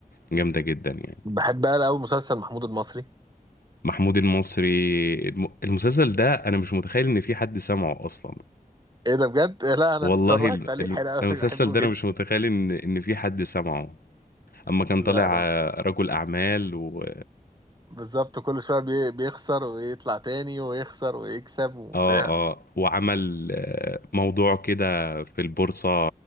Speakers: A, on the left; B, on the right.
A: جامدة جدا يعني
B: بحب بقى أوي مسلسل محمود المصري
A: محمود المصري الم- المسلسل ده أنا مش متخيل إن في حد سمعه أصلا
B: ايه ده بجد <laughs> لا انا
A: والله
B: اتفرجت
A: ال-
B: عليه
A: الم-
B: حلو قوي
A: المسلسل
B: بحبه
A: ده
B: جدا
A: أنا مش متخيل إن إن في حد سمعه اما كان
B: لا
A: طالع
B: أنا
A: آه، رجل اعمال و
B: بالظبط كل شوية بي- بيخسر ويطلع تاني ويخسر ويكسب وبتاع
A: اه اه وعمل آه، موضوع كده في البورصة